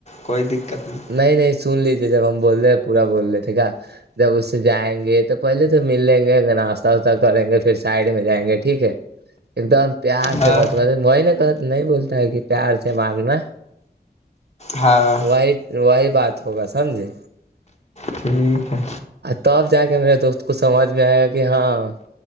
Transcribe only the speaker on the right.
نہیں نہیں سن لیجیے جب ہم بول رہے ہیں پورا بول رہے تھے کیا جب اس سے جائیں گے تو پہلے تو مل لیں گے ناشتہ واشہ کریں گے پھر سائڈ میں جائیں گے ٹھیک ہے ایک دم پیار
سے بتو وہی ن کہ نہیں بول کہ پیار سے مارنا
وائ وہی بات ہوگا سمجھے
تب جا کے میرے دوست کو سمجھ میں آئے گا کہ ہاں